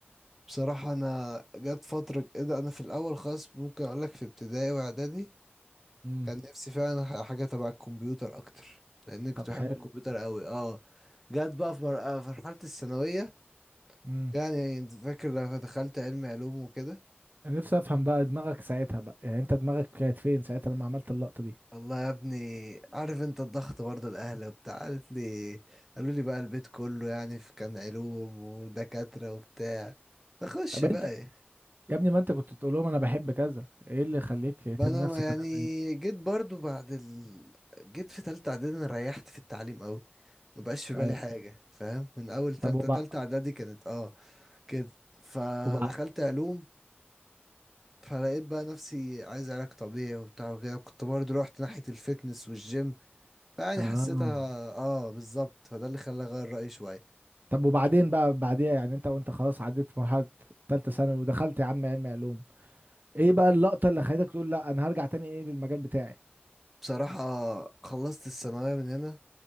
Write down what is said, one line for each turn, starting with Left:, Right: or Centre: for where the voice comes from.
Centre: بصراحة انا جت فترة كده انا في الاول خالص ممكن اقول لك في ابتدائي واعدادي
Right: امم
Centre: كان نفسي فعلا ح- حاجة تبع الكمبيوتر أكتر لأن كنت
Right: طب
Centre: بحب
Right: حلو
Centre: الكمبيوتر أوي اه جت بقى في مر- آه، في مرحلة الثانوية
Right: امم
Centre: يعني أنت فاكر لما دخلت علم علوم وكده
Right: انا نفسي افهم بقى دماغك ساعتها بقى يعني انت دماغك كانت فين ساعتها لما عملت اللقطه دي
Centre: الله يا ابني عارف انت الضغط برضه الأهل وبتاع قالت لي قالوا لي بقى البيت كله يعني في كان علوم ودكاترة وبتاع نخش
Right: طب
Centre: بقى
Right: انت
Centre: ايه
Right: يا ابني ما انت كنت تقول لهم انا بحب كذا ايه اللي يخليك
Centre: بقى
Right: ترمي
Centre: انا
Right: نفسك
Centre: ما يعني
Right: كده
Centre: جيت برضه بعد ال... جيت في تالتة إعدادي أنا ريحت في التعليم أوي مبقاش في بالي
Right: ايوه
Centre: حاجة فاهم من أول تالتة
Right: طب وبعد
Centre: تالتة إعدادي كانت اه كده فدخلت
Right: وبعد
Centre: علوم فلقيت بقى نفسي عايز علاج طبيعي وبتاع وكده كنت برضه رحت ناحية الفتنس والجيم فيعني
Right: اه
Centre: حسيتها اه بالظبط فده اللي خلاني اغير رأيي شوية
Right: طب وبعدين بقى بعديها يعني انت وانت خلاص عديت مرحلة تالتة ثانوي ودخلت يا عم علم علوم ايه بقى اللقطة اللي خلتك تقول لا انا هرجع تاني ايه للمجال بتاعي
Centre: بصراحة خلصت الثانوية من هنا